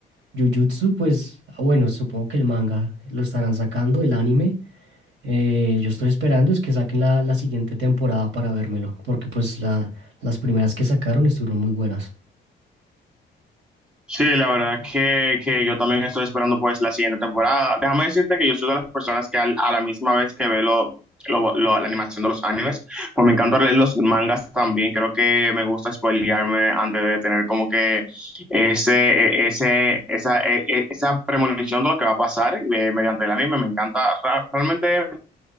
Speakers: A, on the right (about 70°); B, in the centre.
A: Jujutsu, pues, ah, bueno, supongo que el manga lo estarán sacando, el anime. Eh, yo estoy esperando es que saquen la, la siguiente temporada para vérmelo, porque pues la, las primeras que sacaron estuvieron muy buenas.
B: Sí, la verdad que, que yo también estoy esperando pues la siguiente temporada. Déjame decirte que yo soy de las personas que al- a la misma vez que veo lo, lo- lo- la animación de los animes, pues me encanta leer los mangas también. Creo que me gusta spoilearme antes de tener como que ese, e- ese, esa, e- e- esa premonición de lo que va a pasar eh, mediante el anime. Me encanta, ra- realmente